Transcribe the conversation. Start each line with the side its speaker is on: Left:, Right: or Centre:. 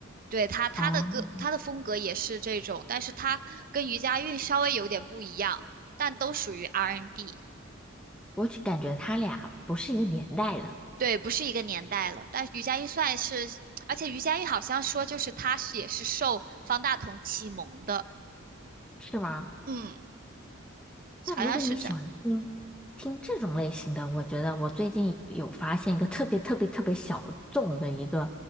Right: 对他他的歌，
Centre: 哦，
Right: 他的风格也是这种，但是他跟余佳韵稍微有点不一样，但都属于 R&B n。
Centre: 我只感觉他俩不是一个年代的，
Right: 对，不是一个年代了。但是余佳玉算是，而且余佳玉好像说，就是她是也是受方大同启蒙的，
Centre: 是吗？
Right: 嗯，
Centre: 那如果你喜欢听听这种类型的，
Right: 好像是这样。
Centre: 我觉得我最近有发现一个特别特别特别小众的一个